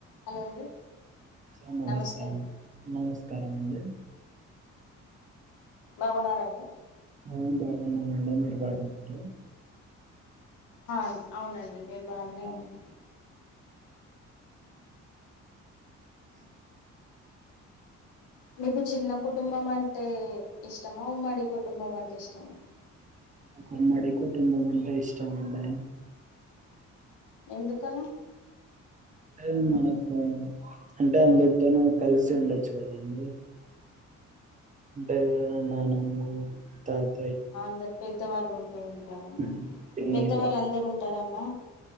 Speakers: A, on the left; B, on the right.
A: Hello అండి
B: ఆ నమస్కారం
A: నమస్తే అండి
B: నమస్కారం అండి
A: బాగున్నార అండి
B: ఆ బాగున్నమండి మీరు బాగున్నార
A: అవును అవునండి మేము బాగనే ఉన్నాం మీకు చిన్న కుటుంబం అంటే ఇష్టమా ఉమ్మడి కుటుంబం అంటే ఇష్టమా
B: ఉమ్మడి కుటుంబం అంటే ఇష్టం అండి
A: ఎందుకని
B: అంటే మనకు అంటే అందరితోనూ కలిసి ఉండొచ్చు కదండి అంటే నానమ్మ తాత
A: అందరు పెద్దవాళ్ళు ఉంట ఉంటారన్న
B: ఉమ్, పిన్ని
A: పెద్దవాళ్ళు
B: బావ
A: అందరుూ ఉంటారన్న